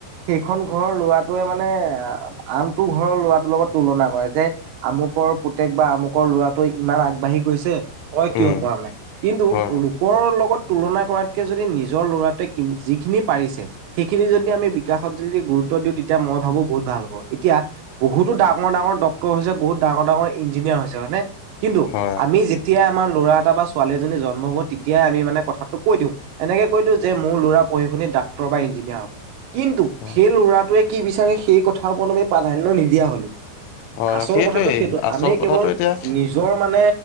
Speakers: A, on the right (about 75°); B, on the left (about 80°).
A: সেইখন ঘৰৰ ল'ৰাটোৱে মানে আহ আনটো ঘৰৰ ল'ৰাটোৰ লগত তুলনা কৰে, যে আমুকৰ পুতেক বা আমুকৰ ল'ৰাটোৱে ইমান আগবাঢ়ি গৈছে তই কিয়
B: উম
A: পৰা নাই, কিন্তু
B: হয়
A: লোকৰ লগত তুলনা কৰাতকৈ যদি নিজৰ ল'ৰাটোৱে যিখিনি পাৰিছে সেইখিনি যদি আমি বিকাশত যদি গুৰুত্ব দিওঁ, তেতিয়া মই ভাবো বহুত ভাল হ'ব। এতিয়া, বহুতো ডাঙৰ, ডাঙৰ ডক্তৰ হৈছে, বহুত ডাঙৰ ডাঙৰ ইঞ্জিনিয়াৰ হৈছে মানে কিন্তু
B: হয়
A: আমি যেতিয়াই আমাৰ ল'ৰা এটা বা ছোৱালী এজনী জন্ম হ'ব, তেতিয়াই আমি মানে কথাটো কৈ দিওঁ। এনেকে কৈ দিওঁ যে মোৰ ল'ৰা পঢ়ি শুনি ডাক্টৰ ডাক্টৰ বা ইঞ্জিনিয়াৰ হ'ব, কিন্তু
B: হয়
A: সেই ল'ৰাটোৱে কি বিচাৰে সেই কথা প্ৰাধান্য নিদি দিয়া হ'লো,
B: হয়
A: আচল
B: সেইটোৱেই
A: কথাটো সেইটো
B: আচল
A: আমি
B: কথাটো
A: কেৱল
B: এতিয়া
A: নিজৰ মানে